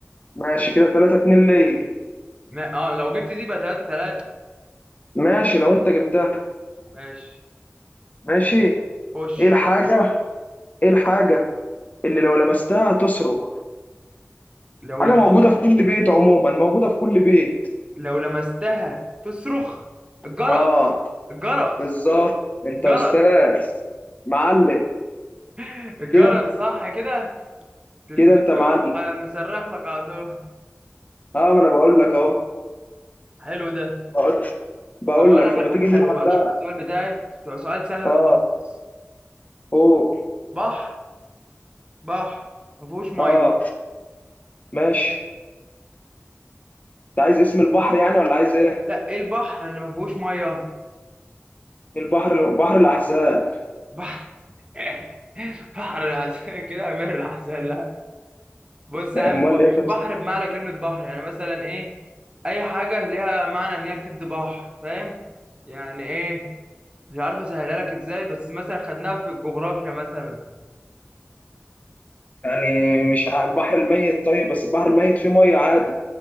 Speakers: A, on the left (about 35°); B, on the right (about 25°).
A: ماشي كده 3 2 ليا
B: ما... اه لو جبت دي بقى 3 3
A: ماشي لو انت جبتها
B: ماشي
A: ماشي
B: خش
A: ايه الحاجة ايه الحاجة اللي لو لمستها تصرخ
B: لو
A: حاجة
B: لمست
A: موجودة في كل بيت عموما موجودة في كل بيت
B: لو لمستها تصرخ الجرس
A: اه
B: الجرس
A: بالظبط انت
B: الجرس
A: استاذ معلم
B: <laughs> الجرس
A: كده انت
B: صح كده تلمسه
A: كده انت معلم
B: يروح آه، مصرخ لك على طول
A: اه ما انا بقول لك اهو
B: حلو ده
A: بقول بقول
B: طب اقول
A: لك
B: لك على
A: لما تيجي
B: حاجه حلوه
A: نلعب
B: بقى
A: بقى
B: شوف السؤال بتاعي سؤال سهل
A: اه
B: خالص
A: اوه
B: بحر بحر ما فيهوش ميه
A: اه ماشي انت عايز اسم البحر يعني ولا عايز ايه
B: لا ايه البحر اللي ما فيهوش ميه
A: البحر بحر الاحزان
B: بحر <laughs> بحر العسل كده امير العسل لا بص
A: لا
B: يا عم
A: امال
B: هو
A: ايه طب
B: مش بحر بمعنى كلمه بحر يعني مثلا ايه اي حاجه ليها معنى ان هي بتدي بحر فاهم يعني ايه مش عارف اسهلها لك ازاي بس مثلا خدناها في الجغرافيا مثلا
A: يعني مش ع- البحر الميت طيب بس البحر الميت فيه ميه عادي